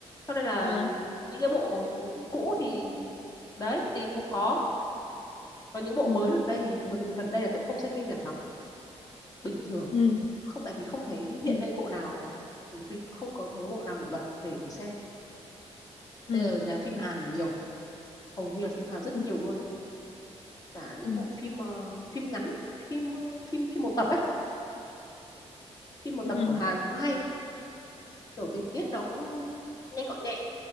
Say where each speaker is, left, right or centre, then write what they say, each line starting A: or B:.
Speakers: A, on the left (about 35°); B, on the left (about 65°).
A: cho nên là
B: à.
A: những cái bộ cũ thì đấy tìm không có còn những bộ
B: ừ
A: mới gần đây thì hầu như gần đây là tự không xem phim Nhật lắm bình thường
B: ừ
A: không tại vì không thấy
B: ừ
A: hiện lên bộ nào không có thấy bộ nào nổi bật để để xem
B: ừ
A: bây giờ nhà phim Hàn là nhiều hầu như là phim Hàn rất
B: ừ
A: nhiều luôn cả những
B: ừ
A: bộ phim uh, phim ngắn phim uh, phim phim một tập ấy phim một
B: ừ,
A: tập của Hàn cũng hay kiểu tình tiết nó cũng nhanh gọn nhẹ